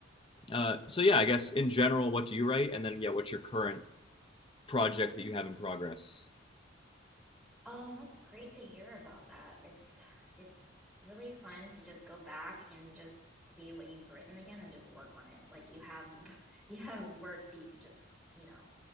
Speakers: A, on the left (about 25°); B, in the centre.
A: uh, so yeah, I guess in general, what do you write? And then yeah, what's your current project that you have in progress?
B: Um, that's great to hear about that. It's it's really fun to just go back and just see what you've written again and just work on it. Like you have <laughs> you have work that you could just, you know,